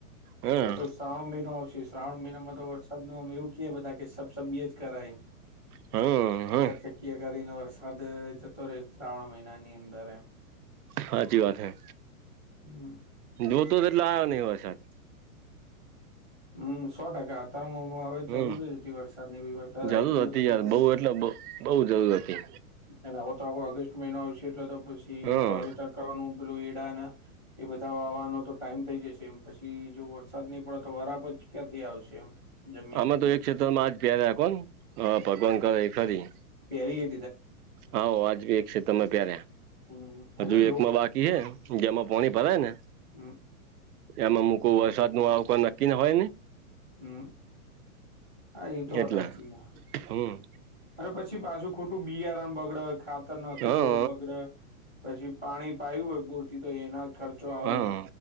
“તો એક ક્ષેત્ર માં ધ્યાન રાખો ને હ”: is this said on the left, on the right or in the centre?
Right